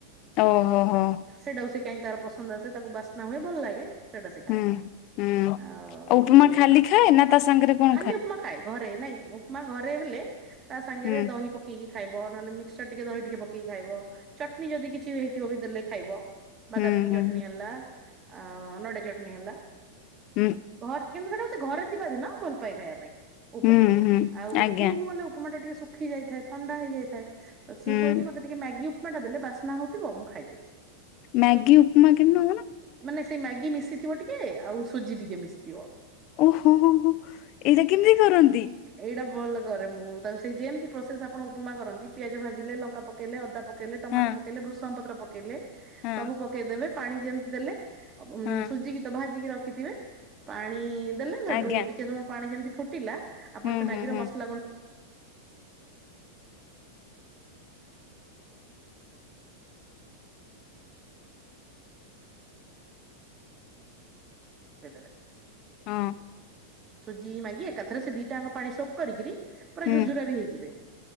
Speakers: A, on the left; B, on the right.
A: ଓ ହୋ, ହଁ।
B: ସେଇଟାକୁ ସିଏ କାଇଁ ତାର ପସନ୍ଦ ଆସେ ତାକୁ ବାସ୍ନା ହୁଏ ଭଲ ଲାଗେ। ସେଇଟା ସେ ଖାଏ।
A: ହୁଁ ହୁଁ
B: ଆଉ
A: ଉପମା ଖାଲି
B: ଆ,
A: ଖାଏ ନା ତା ସାଙ୍ଗରେ କଣ
B: ଖାଲି ଉପମା ଖା ଖାଏ ଘରେ ନାଇଁ ଉପୁମା ଘରେ ହେଲେ ତା ସାଙ୍ଗରେ
A: ହୁଁ
B: ଦହି ପ କିଇକି ଖାଇବ ନହେଲେ ମିକ୍ସଚର ଟିକେ ଦହି ଟିକେ ପକେଇକି ଖାଇବ। ଚଟନୀ ଯଦି କିଛି ବି ହେଇଥିବ ବି ଦେଲେ ଖାଇବ।
A: ହୁଁ
B: ବାଦାପ
A: ହୁଁ
B: ଚଟଣିି ହେଲା। ଆଁ ନଡିଆ ଚଟଣିି ହେଲା
A: ହୁଁ।
B: ଘରେ କିନ୍ତୁ ସେଟାକୁ ସେ ଘରେ ଥିବା ଦିନ ଭଲପାଏ ଖାଇବା ପାଇଁ। ଉପମାରେ।
A: ହୁଁ ହୁଁ ହୁଁ
B: ଆଉ ଗୁ
A: ଆଜ୍ଞା
B: ସ୍କୁଲ କୁ ଗଲେ ଉପୁମା ଟା ଟିକେ ଶୁଖି ଯାଇଥାଏ ଥଣ୍ଡା ହେଇଯାଇଥାଏ। ତ ସିଏ
A: ହୁଁ
B: କୁହେ କି ମତେ ଟିକେ ମ୍ୟାଗି ଉପୁମାଟା ଦେଲେ ବାସ୍ନା ହୋଉଥିବ ମୁଁ ଖାଇଦେବି।
A: ମ୍ୟାଗି ଉପୁମା କେମିତି ବନ?
B: ମାନେ ସେଇ ମ୍ୟାଗି ମିଶିଥିବ ଟିକେ ଆଉ ସୁଜି ଟିକେ ମିଶିଥିବ।
A: ଓହୋ ହୋ ହୋ। ଏଇଟା କେମିତି କରନ୍ତି?
B: ଏଇଟା ଭଲ କରେ ମୁଁ ତାକୁ ସେଇ ଯେମିତି ପ୍ରୋସେସ୍ ଆପଣ ଉପୁମା କରନ୍ତି। ପିଆଜ ଭାଜିଲେ ଲଙ୍କା ପକେଇଲେ ଅଦା ପ କେଲେ ଟମାଟ
A: ହଁ
B: ପକେଇଲେ ଭୃଷଙ୍ଗ ପତ୍ର ପକେଇଲେ।
A: ହଁ
B: ସବୁ ପକେଇଦେବେ ପାଣି ଯେମିତି ଦେଲେ ଉଁ
A: ହଁ
B: ସୁଜିକି ତ ଭାଜିକି ରଖିଥିବେ। ପାଣି ଦେଲେ ହେଟୁ
A: ଆଜ୍ଞା
B: ଟିକେ ସମୟ ପାଣି ଯେମିତି ଫୁ ଟିଲା ଆପଣ
A: ହୁଁ
B: ସେ
A: ହୁଁ
B: ମ୍ୟାଗିର
A: ହୁଁ
B: ମସଲା ଗୁ <unintelligible> ଦେବେ।
A: ହଁ।
B: ସୁଜି ମାଗି ଏକାଥରେ ସେ ଦିଟାଙ୍କ ପାଣି ଶୋକ୍ କରିକିରି ପୁରା
A: ହୁଁ
B: ଝୁରଝୁରା ବି ହେଇଯିବେ।